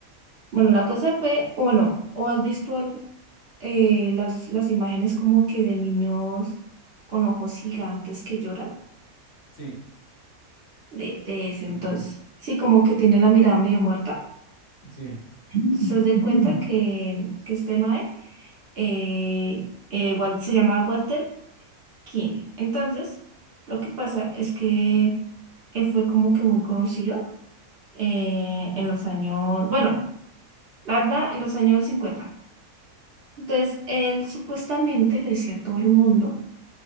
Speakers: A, on the right; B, on the left.
A: Bueno, la cosa fue, o bueno, o has visto algo, eh, las, las imágenes como que de niños con ojos gigantes que lloran
B: Sí,
A: de, de ese
B: eso
A: entonces.
B: sí,
A: Sí, como que tiene la mirada medio muerta.
B: sí.
A: Entonces, haz de Mm. cuenta que, que este mae eh, eh, Wal- se llamaba Walter King. Entonces, lo que pasa es que él fue como que muy conocido eh, en los años, bueno, la verdad, en los años cincuenta Entonces, él supuestamente le decía a todo el mundo